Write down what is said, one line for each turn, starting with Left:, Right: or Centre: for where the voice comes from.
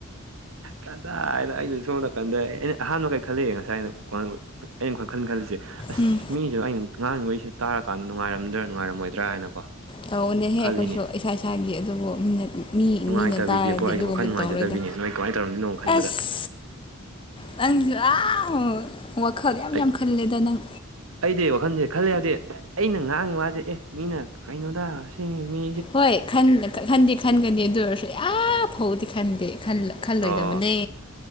Right: ꯀꯗꯥꯏꯗꯥ ꯑꯩꯅ ꯁꯣꯝ ꯅꯀꯟꯗ ꯑꯩꯅ ꯑꯍꯥꯟꯕ ꯀꯩ ꯈꯜꯂꯤ ꯉꯁꯥꯏꯅ <unintelligible> ꯑꯩ ꯋꯥꯈꯟ ꯈꯟ ꯈꯜꯂꯤꯁꯦ ꯑꯁ
Left: ꯎꯝ
Right: ꯃꯤꯁꯨ ꯑꯩꯅ ꯉꯥꯡꯉꯤ ꯋꯥꯔꯤꯁꯤ ꯇꯥꯔꯀꯥꯟꯗ ꯅꯨꯡꯉꯥꯏꯔꯝꯗ꯭ꯔꯥ ꯅꯨꯡꯉꯥꯏꯔꯝꯃꯣꯏ꯭ꯗꯔ ꯍꯥꯏꯅꯀꯣ
Left: ꯇꯧꯕꯅꯦꯍꯦ
Right: ꯈꯜꯂꯤꯅꯦ
Left: ꯑꯩꯈꯣꯏꯁꯨ ꯏꯁꯥ ꯏꯁꯥꯒꯤ ꯑꯗꯨꯕꯨ ꯃꯤꯅꯠ ꯃꯤ
Right: ꯅꯨꯡꯉꯥꯏꯇꯕꯤꯗꯤꯀꯣ
Left: ꯃꯤꯅ ꯇꯥꯔꯗꯤ
Right: ꯑꯩꯁꯦ
Left: ꯑꯗꯨꯒꯨꯝꯕꯗꯤ
Right: ꯋꯥꯈꯜ ꯅꯨꯡꯉꯥꯏꯖꯗꯕꯤꯅꯦ
Left: ꯇꯧꯔꯣꯏꯗ
Right: ꯅꯣꯏ ꯀꯃꯥꯏꯅ ꯇꯧꯔꯝꯗꯣꯏꯅꯣ ꯈꯟꯕꯗ
Left: ꯑꯁ ꯅꯪꯁꯨ ꯑꯥꯎ ꯋꯥꯈꯜ
Right: ꯑꯩ
Left: ꯌꯥꯝ ꯌꯥꯝ ꯈꯜꯂꯦꯗ ꯅꯪ
Right: ꯑꯩꯗꯤ ꯋꯥꯈꯟꯁꯦ ꯈꯜꯂꯦ ꯍꯥꯏꯕꯗꯤ ꯑꯩꯅ ꯉꯥꯡꯉꯤ ꯋꯥꯁꯦ ꯑꯦ ꯃꯤꯅ ꯀꯩꯅꯣꯗ ꯁꯤꯒꯤ ꯃꯤ
Left: ꯍꯣꯏ ꯈꯟꯗꯤ ꯈꯟꯒꯅꯤ ꯑꯗꯨ ꯑꯣꯏꯔꯁ ꯑꯥ ꯐꯧꯕꯗꯤ ꯈꯟꯗꯦ ꯈꯟꯂ ꯈꯜꯂꯣꯏꯗꯕꯅꯦ
Right: ꯑꯣ